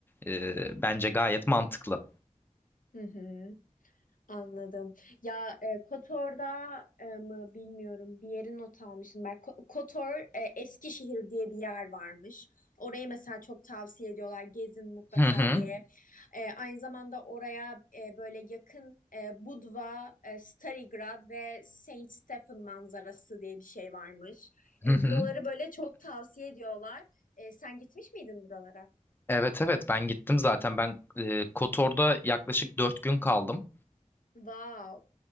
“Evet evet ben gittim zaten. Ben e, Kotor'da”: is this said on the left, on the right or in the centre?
Left